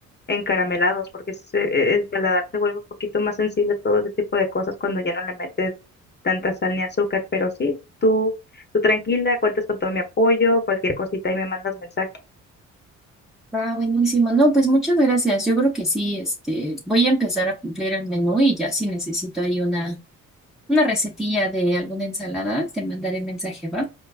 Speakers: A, on the left; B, in the centre.
A: encaramelados, porque se- el paladar se vuelve un poquito más sensible a todo ese tipo de cosas cuando ya no le metes tanta sal ni azúcar, pero sí, tú, tú tranquila, cuentas con todo mi apoyo, cualquier cosita y me mandas mensaje.
B: Ah, buenísimo. No, pues muchas gracias. Yo creo que sí, este, voy a empezar a cumplir el menú y ya si necesito ahí una, una recetilla de alguna ensalada, te mandaré mensaje, ¿va?